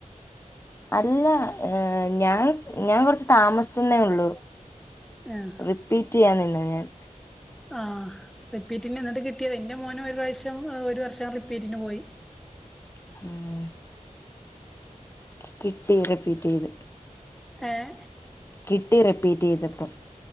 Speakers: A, on the left; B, in the centre.
A: അല്ല ഏഹ് ഞാൻ ഞാൻ കൊറച്ച് താമസിച്ചെന്നേ ഒള്ളൂ
B: ആഹ്
A: റിപ്പീറ്റെയ്യാൻ നിന്നേ ഞാൻ
B: ആഹ് റിപ്പീറ്റിന് നിന്നിട്ട് കിട്ടിയത് ഇന്റെ മോന് ഒരു പ്രാവിശ്യം ഒരു വർഷം റിപ്പീറ്റിന് പോയി
A: ഉം കിട്ടി റിപ്പീറ്റ് ചെയ്ത്
B: ഏഹേ?
A: കിട്ടി റിപ്പീറ്റ് ചെയ്തപ്പം